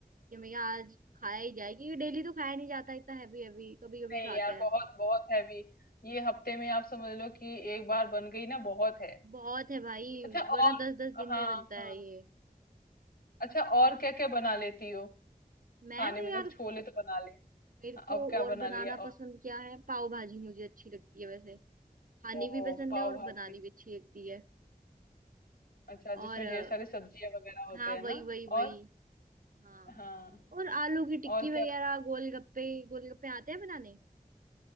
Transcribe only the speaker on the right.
कि मैं आज खाया ही जाए क्योंकि डेली तो खाया नहीं जाता इतना हैवी हैवी कभी कभी
खाते
हैं
बहुत है भाई
वरना
दस दस दिन
में बनता
है ये
मैं
तो
यार
मेरे को
और
बनाना
पसंद क्या है पाव भाजी मुझे अच्छी लगती है वैसे खानी
भी पसंद
है और
बनानी भी अच्छी लगती है
और
अ,
हाँ
वही
वही वही
हाँ
और आलू की टिक्की
वगैरह
गोलगप्पे गोलगप्पे आते हैं बनाने